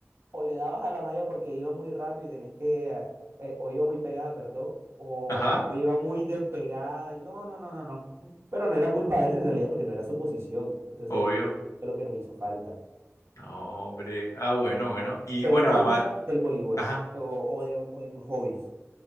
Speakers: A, on the right; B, on the left.
A: o le dabas a la malla porque iba muy rápido y tenías que, ah, eh, o iba muy pegada, perdón. O,
B: Ajá,
A: o iba muy despegada y no, no, no, no, no. Pero no era culpa de él en realidad porque no era su posición. Entonces
B: obvio.
A: eso fue lo que nos hizo falta.
B: No, hombre. Ah, bueno, bueno. Y
A: Pero
B: bueno,
A: a ti, ¿qué
B: además,
A: te gusta del voleibol
B: ajá.
A: o, o de, o de tus hobbies?